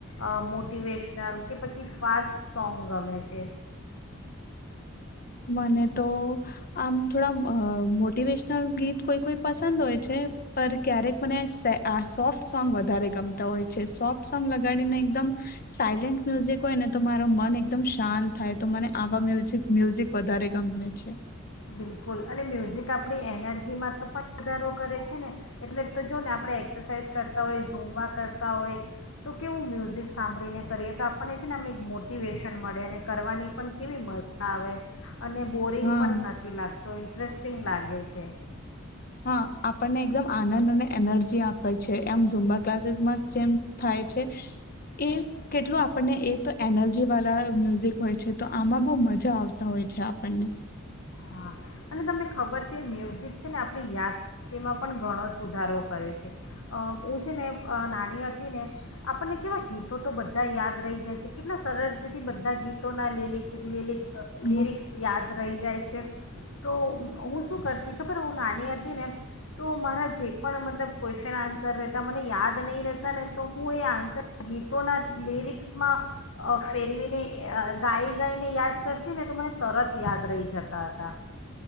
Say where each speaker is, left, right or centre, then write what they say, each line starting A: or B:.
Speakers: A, on the left (about 70°); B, on the left (about 45°).
A: અહ મોટિવેશનલ કે પછી ફાસ્ટ સોંગ ગમે છે.
B: મને તો આમ થોડા અહ મોટિવેશનલ ગીત કોઈ કોઈ પસંદ હોય છે પર ક્યારેક મને સે આહ સોફ્ટ સોંગ વધારે ગમતા હોય છે. સોફ્ટ સોંગ લગાડીને એકદમ સાયલેન્ટ મ્યુઝિક હોય ને તો મારો મન એકદમ શાંત થાય તો મને આવા મ્યુઝિક મ્યુઝિક વધારે ગમે છે.
A: બિલકુલ અને મ્યુઝિક આપણી એનર્જીમાં તો પણ વધારો કરે છે ને એટલે તો જો ને આપણે એક્સરસાઇઝ કરતા હોય ઝૂમબા કરતા હોય તો કેવું મ્યુઝિક સાંભળીને કરીએ તો આપણને છે ને એમ એક મોટિવેશન મળે અને કરવાની પણ કેવી મજા આવે. અને બોરિંગ
B: હા,
A: પણ ન તો ઇન્ટરેસ્ટિંગ લાગે છે.
B: હા, આપણને એકદમ આનંદ ને એનર્જી આપે છ છે. આમ ઝૂમબા ક્લાસીસમાં જેમ થાય છે એ કેટલું આપણને એ તો એનર્જી વાલા મ્યુઝિક હોય છે. તો આમાં બહુ મજા આવતા હોય છે આપણને.
A: હા અને તમને ખબર છે મ્યુઝિક છે ને આપણી યાદ તેમાં પણ ઘણો સુધારો કરે છે હું છે ને નાની હતી ને આપણને કેવા ગીતો તો બધા યાદ રહી જાય છે કેટલા સરળતાથી બધા ગીતોના લીલ લીલિક લિરિક્સ
B: હા.
A: યાદ રહી જાય છે. તો હું શું કરતી ખબર હું નાની હતી ને તો મારા જે પણ મતલબ ક્વેશ્ચન આન્સર રહેતા મને યાદ નહીં રહેતા ને તો હું એ આન્સર ગીતોના લિરિક્સમાં અ ફેરવીને ગાઈ ગાઈને યાદ કરતી ને તો મને તરત યાદ રહી જતા હતા. હતા.